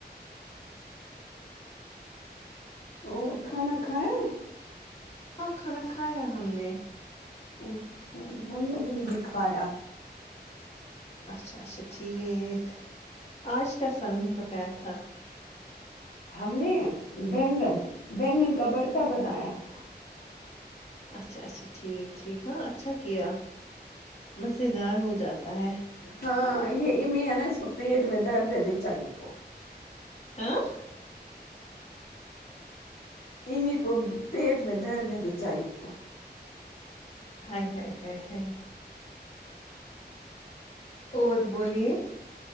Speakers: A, on the left; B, on the left.
A: اور کھانا کھایا
B: ہاں کھانا کھایا ہم نے
A: اچھا ہم لوگوں نے کھایا
B: اچھا اچھا ٹھیک ہے یہ آج کیا سالن پکایا تھا
A: ہم نے بینگن بینگن کا برتا بنایا تھا
B: اچھا اچھا ٹھیک ٹھیک ہاں اچھا کیا مز دار ہو جاتا ہے
A: ہاں یہ امیمی ہے نا اس کو پیٹ میں درد ہے بیچاری کو
B: ہاں
A: امیمی کو پیٹ میں درد ہے بیچاری کو
B: ہاے ہاے ہاے ہاے اور بولیے